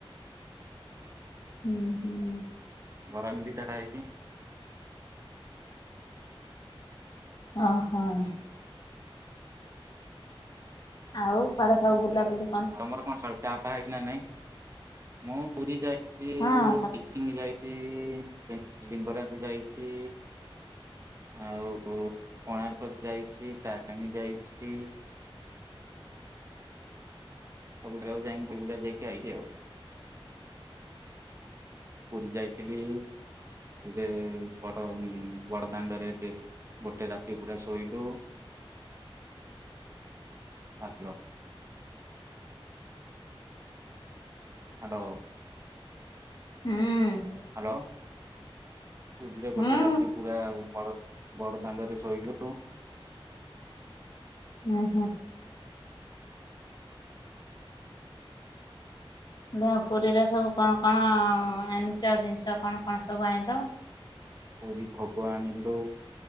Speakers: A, on the left; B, on the right.
A: ହୁଁ ହୁଁ।
B: ବରା ମୁ ଦିଇଟା ଖାଇଚି।
A: ଅଁ ହଁ। ଆଉ କୁଆଡେ ସବୁ ବୁଲାବୁଲି କଣ
B: ତମର କଣ ସଳ ଚାହା ପାହା ହେଇଚି ନା ନାଇଁ ମୁ ପୁରୀ ଯାଇଚି
A: ହଁ ସ
B: ଦି ଚିନି ଯାଇଚି ବାକି ଲିଙ୍ଗରାଜ ଯାଇଚି। ଆଉ କୋଣାର୍କ ଯାଇଛି ତାରିଣୀ ଯାଇଛି। ସବୁ ଯାଗା ଯାଇଁକି <unintelligible> ବୁଲା ଯାଇକି ଆଇଲି ଆଉ। ପୁରୀ ଯାଇଥିଲି ଧିରେ ବଡ ବଡଦାଣ୍ଡରେ ରେ ଗୋଟେ ରାତି ପୁରା ଶୋଇଲୁ। ହାଲୋ ହାଡ
A: ହୁଁ।
B: ହାଲୋ ପୁରୀରେ
A: ହୁଁ
B: ଗୋଟେ ରାତି ପୁରା ବଡ ବଡ ଦାଣ୍ଡରେ ଶୋଇଲୁ।
A: ହୁଁ ହୁଁ ଲ ପୁରୀରେ ସବୁ କଣ କଣ ଆଣିଚ ଜିନିଷ କଣ କଣ ସବୁ ଆଇଁଲ?
B: ପୁରୀ ଭୋଗ ଆଣିଲୁ